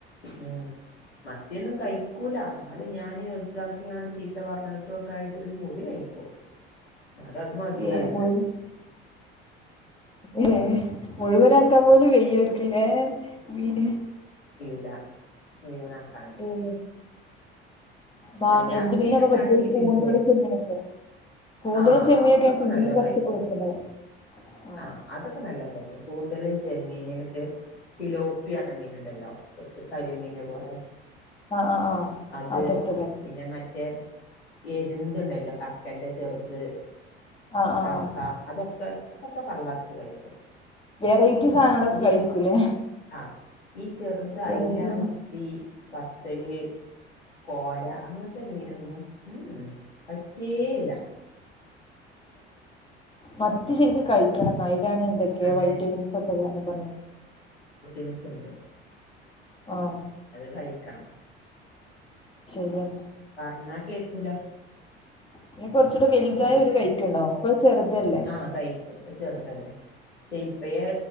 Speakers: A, on the left (about 85°); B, on the left (about 15°).
A: ഉം മത്തിയൊന്നും കഴിക്കൂല എന്നാലും ഞാന് ഇതാക്കിയണ്ട് ചീത്ത പറഞ്ഞിട്ടും ഒക്കെ ആയിട്ട് ഒരു മുറി കഴിക്കും എന്നാല അത് മതിയറിഞാന്
B: ഏ മുഴു ഏ മുഴുവനക്കാൻ പോലും വെ്യർക്കില്ലേ മീൻ
A: ല്ല മുഴവന ആാക്കാന്
B: ഏ മാ
A: അല്ലാത്ത
B: എന്ത് മീനപ്പൊ
A: മീനൊക്കെ
B: പറ്റാ
A: ആണെങ്കി
B: ഈ കൂന്തള്
A: പിന്നിം കഴിക്കും
B: ചെമ്മീനൊക്കെ കൂന്തളും
A: ആഹ
B: ചെമ്മീനൊക്കെ
A: അതൊക്കെ
B: പിന്നിം
A: നല്ലോ
B: കൊറച്ചൊക്കെ
A: കഴിക്കും
B: പറ്റുന്നത് ആഹ്
A: ആഹ അതൊക്കെ നല്ലോൻ പറ്റും കൂന്തള് ജെമ്മീന് മറ്റേ ഫിലോപ്പി പറഞ്ഞ മീന ഉണ്ടല്ലോ കുറച്ച് കരിമീന് പോലെ
B: ആഹ ആഹ് ആഹ്
A: അത്
B: അതൊക്കെ
A: പിന്നെ മറ്റേ എരുതുണ്ടല്ലോ കക്കന്റെ ചെറുത്
B: ആഹ് ആഹ്
A: കക്ക
B: ആഹ്
A: അതൊക്കെ അതൊക്കെ പള്ളറച്ചു കഴിക്കും
B: വെറൈറ്റീ സാധനങ്ങള്ക്കെ
A: ഈ
B: കഴിക്കൂലേ
A: ആഹ് ഈ ചെറുത് അയല
B: വെറൈറ്റി
A: മത്തി ബത്തല് കോര അങ്ങനത്തെ മീനൊന്നും ഉ ഉം പറ്റേയില്ല
B: മത്തി ശരിക്ക് കഴിക്കണം എന്നായി എന്തൊക്കെയ
A: അതെ
B: വൈറ്റമിൻസ് ഒക്കെ പറഞ്ഞത്
A: ൻസ് ഉണ്ട്
B: ആഹ
A: അത് കഴിക്കണം
B: ശരിയാണ്
A: പറഞ്ഞാ കേക്കൂല
B: പിന്നെ കുറച്ചൂടെ വലുതായ
A: കഴിക്കാൻ
B: ഒരു കഴിക്കണ്ടാവും ഇപ്പൊ ചെറുതല്ലേ
A: ആഹ കഴിക്കൻ ചെറുതല്ലേ പക്ഷെ ഇപ്പയേ